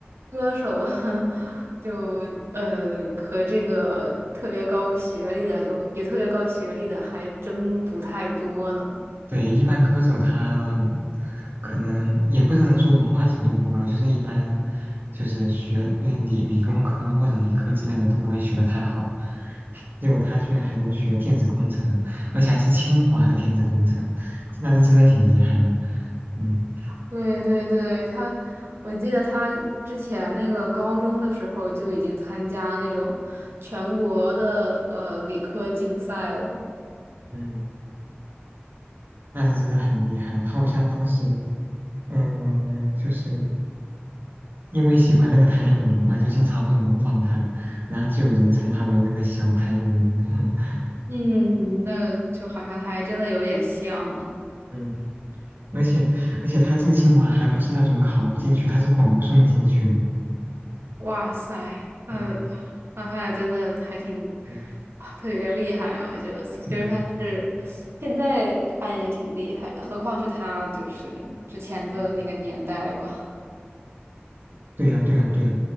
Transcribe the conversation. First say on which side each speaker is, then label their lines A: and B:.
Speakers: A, on the right; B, on the right.
A: 歌手 <laughs> 就呃和这个特别高学历的有有特别高学历的还真不太多呢。
B: 对，一般歌手他可能也不能说文化程度不高，就是一般就是学呃理理工科或者理科之类的都不会学的太好，结果他居然还能学电子工程，而且还是清华的电子工程，那是真的挺厉害的。嗯
A: 对对对，他，我记得他之前那个高中的时候就已经参加那种全国的呃理科竞赛了。
B: 嗯，那是真的很厉害。他好像当时嗯就是。因为喜欢那个谭咏麟嘛，就经常会模仿他，然后就有人称他为那个小谭咏麟。<laughs>
A: 嗯，那就好像还真的有点像呢。
B: 嗯，而且而且他进清华还不是那种考进去，他是保送进去的。
A: 哇塞，嗯，
B: 嗯
A: 那他俩真的还挺
B: 嗯，
A: 啊，特别厉害啊！我觉得，其实他是现在看也挺厉害的，
B: 对呀，
A: 何况是他就是之前的那个年代吧。
B: 嗯，对呀对呀对呀，